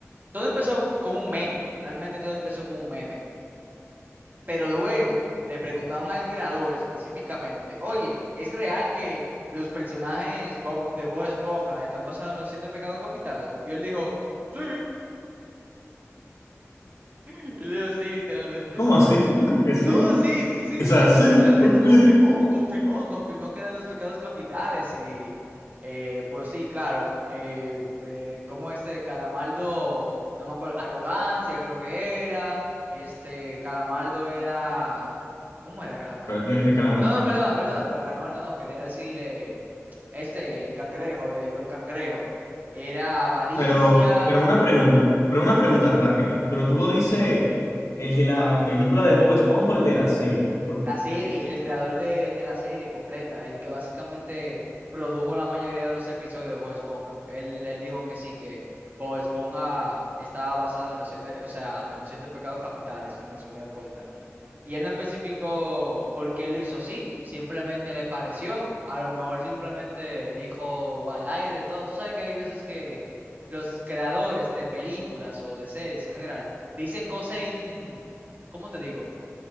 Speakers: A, on the right; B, on the left.
A: todo empezó con un meme. Realmente todo empezó con un meme. Pero luego le preguntaron al creador específicamente, oye, ¿es real que los personajes Bob, de Bob Esponja están basados en los siete pecados capitales? Y él dijo, sí. y Él dijo, sí, literalmente.
B: ¿cómo así? <laughs> Como que sí,
A: No, sí, sí, sí,
B: o
A: exacto,
B: sea, sí,
A: literalmente,
B: ¿por qué?
A: confirmó, confirmó, confirmó que eran los pecados capitales y eh, pues sí, claro, eh, eh, como este Calamaldo, no me acuerdo, arrogancia creo que era, este Calamaldo era, ¿cómo era Calamaldo?
B: Pero tú dijiste Calamar
A: No,
B: Brothers.
A: no, perdona, perdona, para Calamaldo no, quería decirle, este, el cangrejo de Don Cangrejo, era avaricia,
B: Pero, pero una pregunta, pero una pregunta rápida. Pero tú lo dices, ¿el de la película de Bob Esponja o el de la serie?
A: La serie, el creador de, de la serie completa, el que básicamente produjo la mayoría de los episodios de Bob Esponja. Él, él dijo que sí, que Bob Esponja estaba basado en los siete, o sea, en los siete pecados capitales, en resumida cuenta. Y él no especificó por qué lo hizo así, simplemente le pareció, a lo mejor simplemente dijo al aire todo. Tú sabes que hay veces que los creadores de películas o de series en general dicen cosas en, ¿cómo te digo?